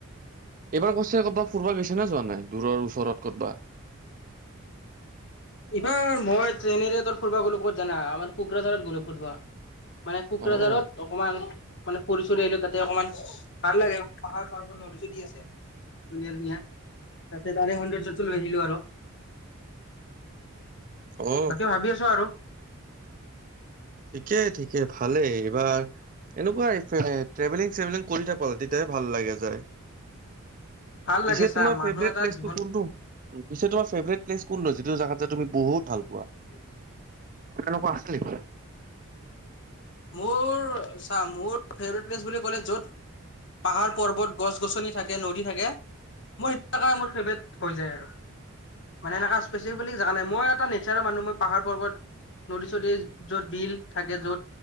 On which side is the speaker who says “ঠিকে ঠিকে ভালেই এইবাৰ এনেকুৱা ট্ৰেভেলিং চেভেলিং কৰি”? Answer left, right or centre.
Right